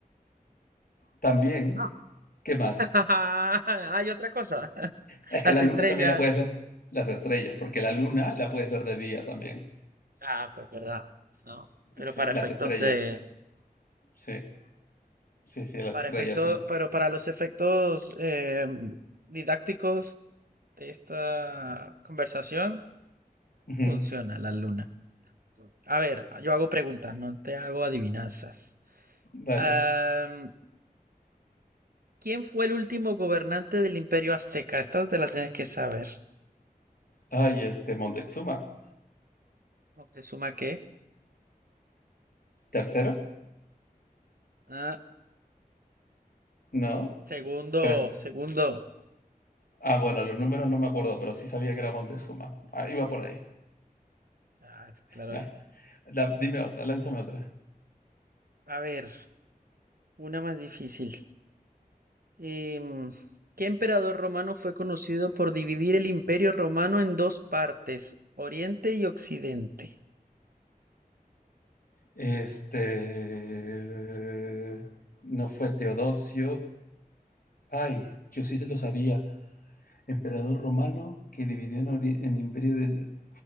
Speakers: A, on the left; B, on the right.
A: También,
B: <laughs>
A: ¿qué más?
B: <laughs> Hay otra cosa. <laughs>
A: Es que
B: Las
A: la
B: estrellas.
A: luna también la puedes ver, las estrellas, porque la luna la puedes ver de día también.
B: Ah, pues verdad. No, pero
A: Sí,
B: para
A: las
B: efectos
A: estrellas.
B: de,
A: Sí, sí, sí, las
B: para
A: estrellas
B: efectos,
A: son.
B: pero para los efectos eh, didácticos de esta conversación,
A: Ujú.
B: funciona la luna. A ver, yo hago preguntas, no te hago adivinanzas.
A: Dale.
B: Am, ¿quién fue el último gobernante del Imperio Azteca? Esta te la tienes que saber.
A: Ay, este Montezuma.
B: ¿Moctezuma qué?
A: ¿Tercero?
B: Ah,
A: ¿No?
B: segundo,
A: Pero,
B: segundo.
A: ah, bueno, los números no me acuerdo, pero sí sabía que era Montezuma. Ah, iba por ahí.
B: Ah,
A: <laughs>
B: claro.
A: Da- dime otra, lánzame otra.
B: A ver. Una más difícil. Em, ¿qué emperador romano fue conocido por dividir el imperio romano en dos partes, Oriente y Occidente?
A: Este... No fue Teodosio. Ay, yo sí se lo sabía. Emperador romano que dividió en ori- en el imperio del...